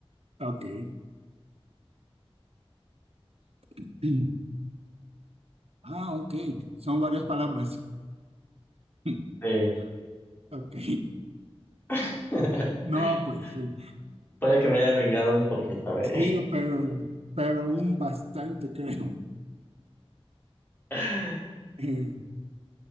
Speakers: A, on the right; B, on the left.
A: Ok. <clears throat> Ah, ok. Son varias palabras. <laughs>
B: Sí.
A: Ok.
B: <laughs>
A: No, pues sí.
B: Puede que me haya vengado un poquito, ¿eh?
A: Sí, pero, pero un bastante, creo.
B: <laughs>
A: <laughs>